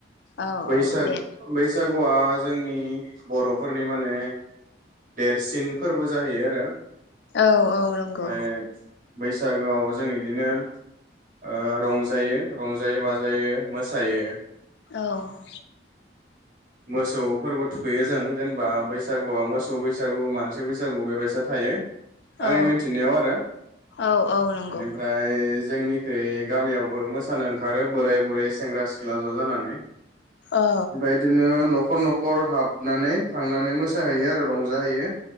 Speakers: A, on the left (about 65°); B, on the right (about 45°).
A: औ
B: बैसागु
A: औ दे।
B: बैसाग हौवा जोंनि बर'फोरनि माने देरसिन फोरबो जाहैयो आरो।
A: औ औ नंगौ।
B: ओमफ्राय बैसागोआव जों इदिनो ओ रंजायो रंजायो-बाजायो। मोसायो।
A: औ <inaudible>
B: मोसौ फोरबो थुखैयो जों जेनेबा बैसागुआ मोसौ बैसागु, मानसि बैसागु बेबायसा थायो। आंनि
A: औ
B: मिथिनायाव आरो
A: औ औ नंगौ
B: बेनिफ्राय जोंनिखै गामियावबो मोसानो ओंखारो बोराय बुरै सेंग्रा सिख्ला ज' जानानै। ओमफाय
A: औ
B: इदिनो नख न'खर न'खर हाबनानै थांनानै मोसाहैयो आरो रंज जाहैयो।